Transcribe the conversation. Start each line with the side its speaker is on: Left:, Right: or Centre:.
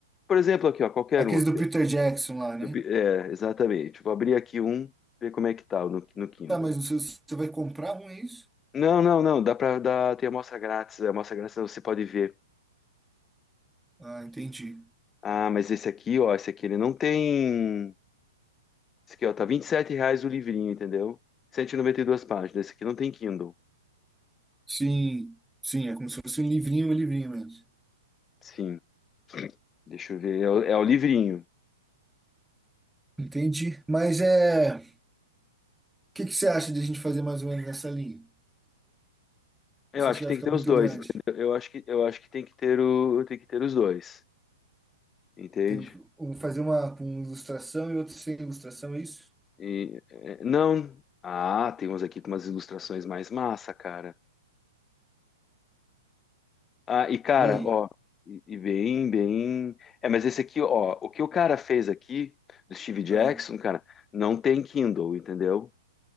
Left: Por exemplo, aqui, ó, qualquer
Centre: Aqueles
Left: um aqui,
Centre: do Peter
Left: ó.
Centre: Jackson lá, né?
Left: Do pi- É, exatamente. Vou abrir aqui um, ver como é que tá no, no Kindle.
Centre: Tá, mas você, você vai comprar um, é isso?
Left: Não, não, não. Dá para dar. Tem amostra grátis. A amostra grátis você pode ver.
Centre: Ah, entendi.
Left: Ah, mas esse aqui, ó, esse aqui ele não tem. Esse aqui, ó, tá 27 reais o livrinho, entendeu? Cento e e noventa e duas páginas. Esse aqui não tem Kindle.
Centre: Sim, sim, é como se fosse um livrinho, um livrinho mesmo.
Left: Sim. Deixa eu ver. É o, é o livrinho.
Centre: Entendi. Mas é. que que você acha de a gente fazer mais ou menos nessa linha?
Left: Eu
Centre: Você
Left: acho
Centre: acha que
Left: que
Centre: vai
Left: tem
Centre: ficar
Left: que ter
Centre: muito
Left: os dois,
Centre: grande?
Left: entendeu? Eu acho que, eu acho que tem que ter o, tem que ter os dois, entende?
Centre: Tem que um fazer uma com ilustração e outro sem ilustração, é isso?
Left: E, é, não. Ah, tem uns aqui com umas ilustrações mais massa, cara. Ah, e cara,
Centre: E aí?
Left: ó, e, e bem, bem. É, mas esse aqui, ó, o que o cara fez aqui do Steve Jackson,
Centre: Ah,
Left: cara, não tem Kindle, entendeu?